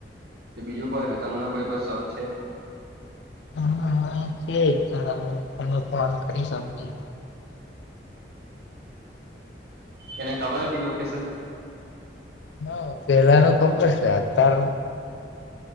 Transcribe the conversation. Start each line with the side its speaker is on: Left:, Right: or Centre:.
Right: બીજું કોઈ હોય તમને કોઈ પણ શોખ છે
Left: હા છે તમે ફોન કરી શી.
Right: એને ખબર હતી લોકેશન
Left: હ પેલા ન ખબર છે અતાર